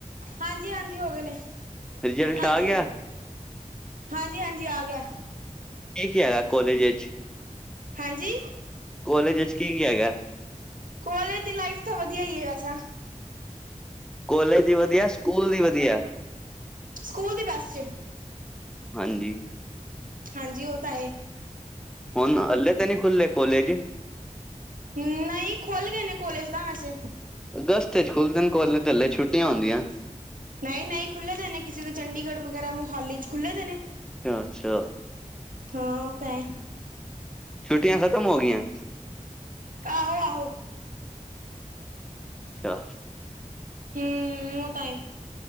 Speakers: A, on the right; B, in the centre.
A: ਹਾਂਜੀ- ਹਾਂਜੀ ਹੋ ਗਏ ਨੇ
B: ਰਿਜਲਟ
A: ਹਾਂਜੀ
B: ਆ ਗਿਆ
A: ਹਾਂਜੀ ਹਾਂਜੀ- ਹਾਂਜੀ ਆ ਗਿਆ,
B: ਕੀ ਕੀ ਹੈਗਾ ਕੋਲਜ ਵਿੱਚ
A: ਹਾਂਜੀ
B: ਕਾਲਜ ਵਿੱਚ ਕੀ- ਕੀ ਹੈਗਾ
A: ਕਾਲਜ ਦੀ ਲਾਈਫ ਤਾਂ ਵਧੀਆ ਹੀ ਹੈ ਵੈਸਾ
B: ਕਾਲਜ ਦੀ ਵਧੀਆ ਸਕੂਲ ਦੀ ਵਧੀਆ
A: ਸਕੂਲ ਦੀ ਬੈਸਟ
B: ਹਾਂਜੀ।
A: ਹਾਂਜੀ। ਉਹ ਤਾਂ ਹੈ।
B: ਹੁਣ ਹਲੇ ਤਾਂ ਨਹੀਂ ਖੁੱਲੇ ਕੋਲੇਜ
A: ਨਹੀਂ ਖੁੱਲ ਗਏ ਨੇ ਕੋਲੇਜ ਤਾਂ ਵੈਸੇ
B: ਅਗਸਤ ਚ ਖੁੱਲਦੇ ਨੇ ਕੋਲਜ ਤੇ ਹਲੇ ਛੁੱਟੀਆਂ ਹੁੰਦੀਆਂ।
A: ਨਹੀਂ ਨਹੀਂ ਖੁੱਲ੍ਹੇ ਦੇ ਨੇ ਕਿਸੇ ਦੇ ਚੰਡੀਗੜ੍ਹ ਵਗੈਰਾ ਮੋਹਾਲੀ ਚ ਖੁੱਲ੍ਹੇ ਦੇ ਨੇ
B: ਅੱਛਾ ਅੱਛਾ।
A: ਹਾਂ ਉਹ ਤਾਂ ਹੈ
B: ਛੁੱਟੀਆਂ ਖ਼ਤਮ ਹੋ ਗਈਆਂ
A: ਆਹੋ, ਆਹੋ
B: ਅੱਛਾ
A: ਹ ਉਹ ਟਾਈਮ